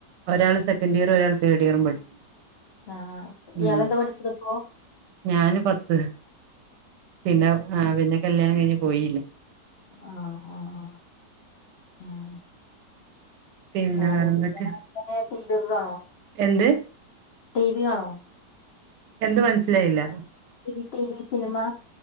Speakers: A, on the right (about 80°); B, on the left (about 80°).
A: ഒരാള് സെക്കന്റിയറും ഒരാള് തേഡിയറും പഠിക്കുന്നു.
B: ആഹ്
A: ഉം
B: ഇയാളെന്താ പഠിച്ചത് ഇപ്പോ
A: ഞാന് പത്ത് പിന്ന ആഹ് പിന്ന കല്ല്യാണം കഴിഞ്ഞ് പോയി.
B: ആണാ ആഹ് ആഹ് ഉം
A: പിന്നെ
B: വേറെന്തുട്ടാണേ
A: വേറെന്തൊക്കെയാ
B: ചെയ്യ്തത് വേണോ?
A: എന്ത്?
B: ടീ വി കാണോ?
A: എന്ത് മനസ്സിലായില്ല
B: ഇനി T V cinema